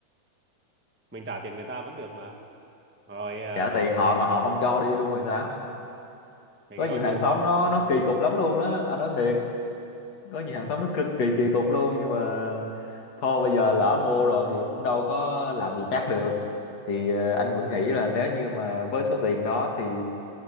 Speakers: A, in the centre; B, on the left.
A: mình trả tiền người ta vẫn được mà rồi à,
B: trả
A: còn
B: tiền họ mà họ không cho đi luôn thì sao
A: thì
B: có
A: cái
B: nhiều
A: đó
B: hàng
A: chịu
B: xóm
A: thôi
B: nó nó kỳ cục lắm luôn đó anh nói thiệt
A: ừ.
B: có nhiều hàng xóm nó cực kỳ kỳ cục luôn nhưng mà thôi bây giờ lỡ mua rồi thì cũng đâu có làm gì khác được thì ờ, anh vẫn nghĩ là nếu như mà với số tiền đó thì